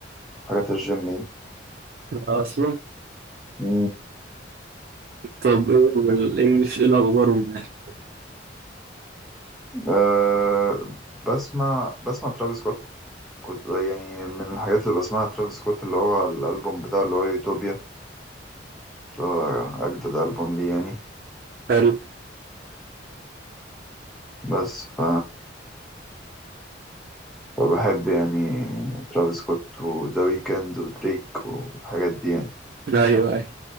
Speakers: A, in the centre; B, on the right.
A: حاجات الجيم
B: اصلا
A: دي
B: طب ايه والانجليش ايه الاخبار معاك
A: أه بسمع بسمع ترافيس سكوت كنت يعني من الحاجات اللي بسمعها ترافيس سكوت اللي هو الألبوم بتاعه اللي هو يوتوبيا اللي هو أجدد ألبوم ليه يعني
B: حلو
A: بس ف وبحب يعني ترافيس سكوت وذا ويكند ودريك والحاجات دي يعني
B: ايوه ايوه